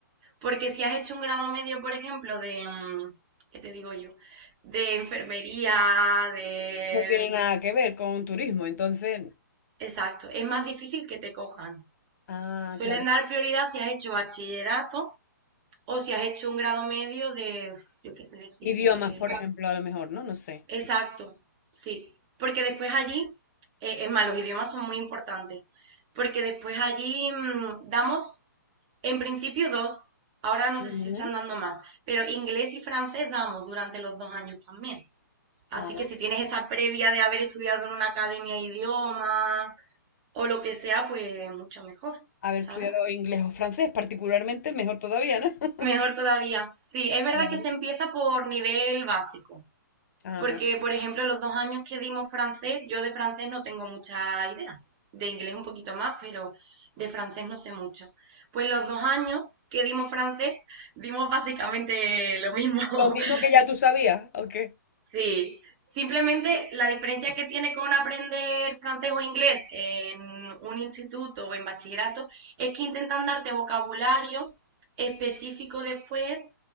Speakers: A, on the right; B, on the left.
A: Porque si has hecho un grado medio, por ejemplo, de, mm, ¿qué te digo yo? De enfermería, de...
B: No tiene nada que ver con turismo, entonces,
A: Exacto, es más difícil que te cojan.
B: ah,
A: Suelen
B: claro.
A: dar prioridad si has hecho bachillerato o si has hecho un grado medio de, yo qué sé decirte,
B: Idiomas, por ejemplo, a lo mejor, ¿no? No sé.
A: Exacto, sí, porque después allí, eh, es más, los idiomas son muy importantes, porque después allí mm, damos, en principio dos, ahora no sé
B: Ujú,
A: si se están dando más, pero inglés y francés damos durante los dos años también. Así
B: Ah,
A: que si tienes esa previa de haber estudiado en una academia de idiomas o lo que sea, pues mucho mejor,
B: haber
A: ¿sabes?
B: estudiado inglés o francés, particularmente, mejor todavía, ¿no? <laughs>
A: Mejor todavía. Sí, es verdad
B: Claro.
A: que se empieza por nivel básico.
B: Ajá.
A: Porque, por ejemplo, los dos años que dimos francés, yo de francés no tengo mucha idea. De inglés un poquito más, pero de francés no sé mucho. Pues los dos años que dimos francés, dimos básicamente lo mismo. <laughs>
B: Lo mismo que ya tú sabías, ¿ok?
A: Sí, simplemente la diferencia que tiene con aprender francés o inglés en un instituto o en bachillerato es que intentan darte vocabulario específico después